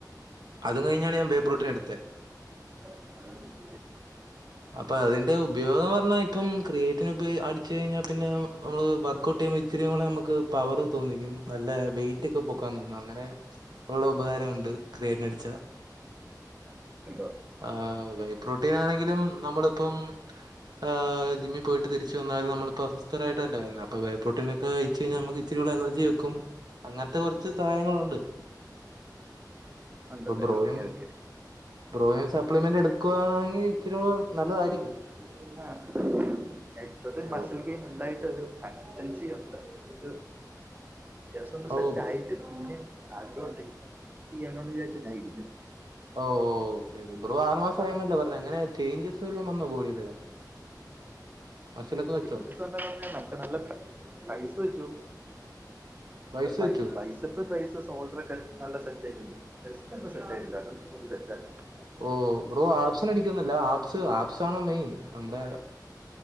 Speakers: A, on the right; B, on the right.
A: അതും കഴിഞ്ഞാണ് ഞാൻ ബേ പ്രോട്ടിനെടുത്തെ
B: <unintelligible>
A: അപ്പൊ അതിന്റെ ഉപയോഗം പർഞ്ഞാ ഇപ്പം ക്രിയേറ്റിന് ഇപ് അടിച്ചു കഴിഞ്ഞാ പിന്നെ നമ്മള് വർക്ക് കൂട്ടിമ്പം ഇച്ചിരിയും കൂടെ നമ്മക്ക് പവറ് തോന്നിക്കും നല്ല വെയിറ്റ് ഒക്കെ പൊക്കാൻ തോന്നും അങ്ങനെ ഉള്ള ഉപകാരമുണ്ട് ക്രയേറ്റിനടിച്ചാ
B: ഉണ്ടോ
A: ആഹ് വേപ്രോട്ടീൻ ആണെങ്കിലും നമ്മളിപ്പം, ആഹ് ജിമ്മിൽ പോയിട്ട് തിരിച്ചു വന്നാലും നമ്മൾപ്പോൾ അസ്വസ്ഥരാട്ടല്ലേ വരുന്നത് അപ്പോൾ ബെപ്രോട്ടീന കഴ്ച്ച് കഴിഞ്ഞാൽ നമുക്ക് ഇച്ചിരൂട എനർജി വെക്കും അങ്ങനത്തെ കൊർച്ച് സഹായങ്ങളുണ്ട്. <inaudible>
B: ഉണ്ടല്ലേ
A: ഇപ്പൊ ബ്രോയിം
B: ഓക്കെ ഓക്കെ
A: ബ്രോയും സപ്ലിമെന്റ് എടുക്കുകാണെങ്കിൽ ഇച്ചിരൂ ആയിരിക്കും.
B: <unintelligible>
A: ബ്രോ
B: മസൽ കേ <inaudible> ഉണ്ടായിട്ടരു കൺസിസ്റ്റൻസി ഉണ്ട് ത് ലേസം ഒന്ന്
A: ഓ
B: സെറ്റ് ആയിട്ട് പിന്നെ ആഗ്രഹംണ്ട് ചെയ്യാലോന്ന് വിചാരിച്ചിരിക്ക
A: ഓഹ് ഓഹ്. ബ്രോ ആറ് മാസം
B: ആ
A: ആയന്നല്ലേ പർഞ്ഞ എങ്ങനെ ചേഞ്ചസ് വല്ലതും വന്നോ ബോഡീൽ? മസിലൊക്കെ വെച്ചോ?
B: ചേഞ്ചസ് നമുക്ക് നല്ല പൈസ വെച്ചു
A: വയസ്സ്
B: പയ്‌
A: വെച്ചോ
B: പയ്‌ പ്പ് പ്രൈസ് സോൾഡർക്കെ നല്ല സെറ്റ് ആയിട്ടുണ്ട് ചെസ്റ്റ് ഒക്കെ സെറ്റയില്ല അത്കൂടി സെറ്റാക്കാണ്ട്..
A: ഓഹ് ബ്രോ ആപ്സിന അടിക്കൊന്നല്ല ആപ്സ് ആപ്സ് ആണ് മെയിൻ നമ്മടെ.